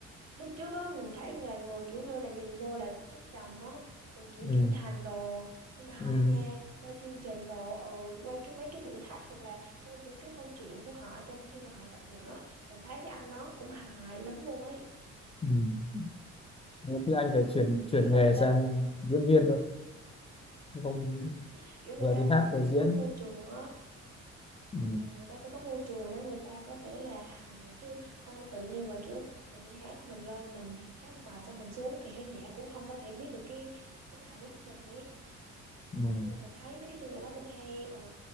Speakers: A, on the right; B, on the left.
A: lúc trước á mình thấy là người kiểu như là nhìn vô là thấy trầm á rồi kiểu
B: ừ
A: trưởng thành đồ nhưng mà
B: ừ
A: không nha qua chương trình đồ ừ, qua cái mấy cái thử thách hoặc là qua những cái câu chuyện của họ trong khi mà họ tập luyện á mình thấy cái anh nó cũng hài lắm luôn ấy
B: ừ Thế thì
A: ừ
B: anh phải chuyển chuyển
A: kiểu là
B: nghề
A: người ta
B: sang diễn viên thôi không
A: <laughs> À, kiểu người
B: vừa
A: ta
B: đi hát
A: người
B: vừa
A: ta
B: diễn
A: phải có môi trường á
B: ừ.
A: ừ, người ta phải có môi trường để người ta có thể là hài chứ không phải tự nhiên mà kiểu mình đi hát mình lên mình hát một bài xong mình xuống thì khán giả cũng không có thể biết được cái tính hài hước của mình ấy
B: Ừ.
A: nhưng mà mình thấy mấy cái chương trình đó cũng hay ừ,